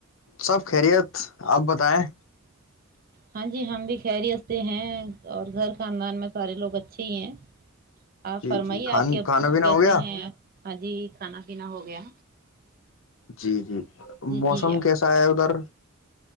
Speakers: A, on the left; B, on the right.
A: سب خیریت آپ بتائیں
B: ہاں جی ہم بھی خیریستتے ہیں اور گھر خاندان میں سارے لوگ اچھے ہی ہیں آپ
A: جی
B: فرمائیے
A: جی کھان
B: آپ کے ابو
A: کھانا پینا
B: کیسے
A: ہو گیا
B: ہیں ہاں جی کھانا پیا ہو گیا
A: جی جی
B: جی
A: موسم
B: جی
A: کیسا ہے ادھر